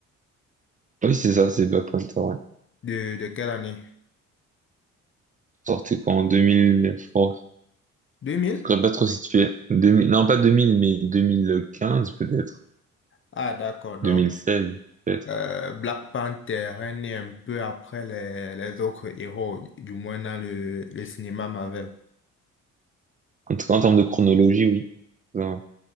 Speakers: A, on the right (about 25°); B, on the left (about 40°).
A: Oui, c'est ça, c'est Black Panther, ouais.
B: De, de quelle année?
A: Sorti quoi en 2000, oh,
B: deux mille
A: je serais pas trop situé. deux mille non, pas 2000 mais 2015 peut-être,
B: Ah, d'accord. Donc,
A: deux mille seize peut-être.
B: euh, Black Panther est né un peu après les, les autres héros, du moins dans le, le cinéma Marvel.
A: En tout cas, en termes de chronologie, oui. Ouais.